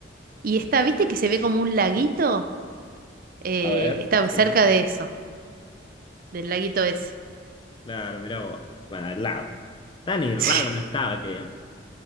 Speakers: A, on the right; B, on the left.
A: y está, ¿viste que se ve como un laguito? Eh,
B: A ver,
A: está
B: sí.
A: cerca de eso, del laguito ese.
B: Claro, mira vos. Bueno, al lado. Tan errado
A: <laughs>
B: no estaba que.